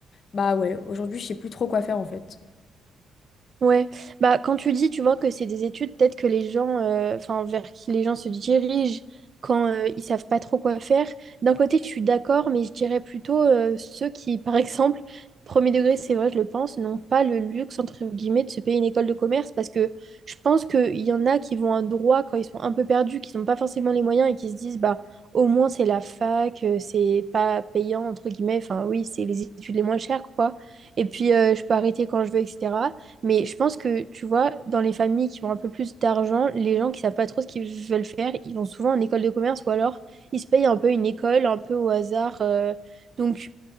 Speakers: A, on the left; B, on the right.
A: bah ouais, aujourd'hui, je sais plus trop quoi faire en fait.
B: Ouais, bah quand tu dis, tu vois que c'est des études, peut-être que les gens, euh, enfin vers qui les gens se dirigent quand euh, ils savent pas trop quoi faire. D'un côté, je suis d'accord, mais je dirais plutôt euh, ceux qui, <laughs> par exemple, premier degré, c'est vrai, je le pense, n'ont pas le luxe entre guillemets de se payer une école de commerce parce que je pense qu'il y en a qui vont à droit quand ils sont un peu perdus, qui n'ont pas forcément les moyens et qui se disent bah au moins c'est la fac, euh, c'est pas payant entre guillemets. Enfin oui, c'est les études les moins chères quoi. Et puis euh, je peux arrêter quand je veux, etc. Mais je pense que, tu vois, dans les familles qui ont un peu plus d'argent, les gens qui savent pas trop ce qu'ils veulent faire, ils vont souvent en école de commerce ou alors ils se payent un peu une école, un peu au hasard. euh, donc